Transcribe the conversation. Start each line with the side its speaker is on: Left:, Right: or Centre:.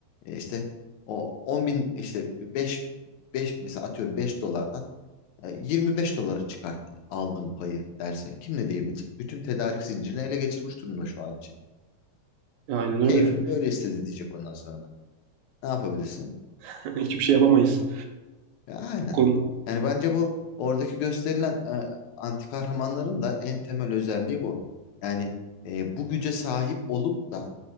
Left: e, işte o 10 bin işte 5 5 mesela atıyorum 5 dolardan e, 25 dolara çıkarttım aldığım payı derse kim ne diyebilecek? Bütün tedarik zincirini ele geçirmiş durumda şu an Çin.
Right: aynen öyle.
Left: Keyfim böyle istedi diyecek ondan sonra da. Ne yapabilirsin?
Right: <laughs> Hiçbir şey yapamayız.
Left: Ya aynen.
Right: Kon-
Left: Yani bence bu oradaki gösterilen e, anti kahramanların da en temel özelliği bu. Yani e, bu güce sahip olup da